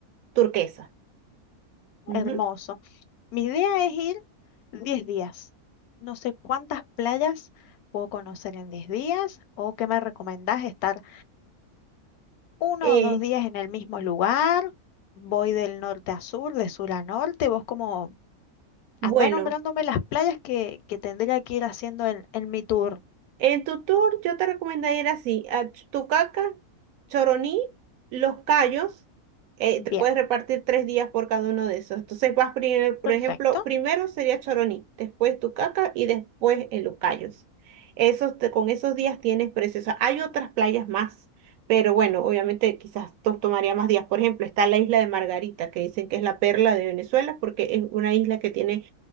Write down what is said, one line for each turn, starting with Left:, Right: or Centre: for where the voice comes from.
Right: turquesa. Ujú.
Left: hermoso. Mi idea es ir 10 días. No sé cuántas playas puedo conocer en 10 días o qué me recomendás estar. uno
Right: Eh,
Left: o dos días en el mismo lugar, voy del norte a sur, de sur a norte, vos como
Right: bueno,
Left: andá nombrándome las playas que, que tendría que ir haciendo en, en mi tour.
Right: en tu tour yo te recomendaría ir así, a Ch- Tucaca, Choroní, Los Cayos, eh,
Left: Bien,
Right: te puedes repartir tres días por cada uno de esos. Entonces vas primero, por
Left: perfecto.
Right: ejemplo, primero sería Choroní, después Tucaca y después en Los Cayos. Esos, te- con esos días tienes precios. hay otras playas más, pero bueno, obviamente quizás to- tomaría más días. Por ejemplo, está la isla de Margarita, que dicen que es la perla de Venezuela porque es una isla que tiene